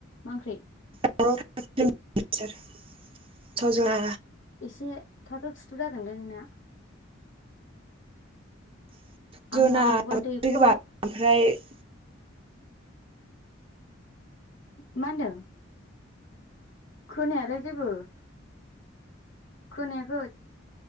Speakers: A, on the left; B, on the right.
A: मा ओंख्रै?
B: <unintelligible> स' जोङा
A: एसे थाथ' थुथ' जादोंलै नोंना
B: <unintelligible>
A: आंहा अबावबा दैखर
B: ओमफ्राय
A: मा होनदों? खोनायालै जेबो खोनायाखै